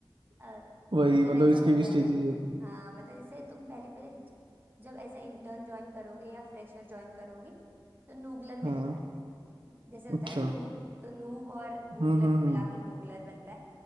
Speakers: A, on the right (about 25°); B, on the right (about 75°).
A: और
B: वही
A: मतलब
B: मतलब
A: ऐसा
B: इसके
A: होता
B: भी स्टेजेस
A: है ना
B: होते हैं
A: हाँ मतलब जैसे तुम पहले पहले ज- जब ऐसा इंटर्न ज्वाइन करोगे या फ्रेशर ज्वाइन करोगे तो नूगलर
B: हाँ
A: मिलता है जैसे होता
B: अच्छा
A: है ना नूब तो नूब और गूगलर
B: हम्म हम्म
A: को मिला
B: हम्म
A: के नूगलर बनता है